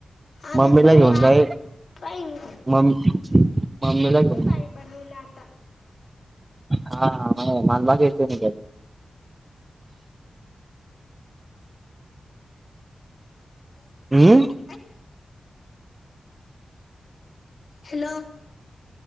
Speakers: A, on the left; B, on the right.
A: आता
B: मम्मीला
A: तू
B: घेऊन
A: आ-
B: जाये.
A: पाहिन
B: मम मम्मीला घे
A: नाही बनवला आता.
B: हां <unintelligible>
A: <unintelligible>
B: हम्म
A: हॅलो.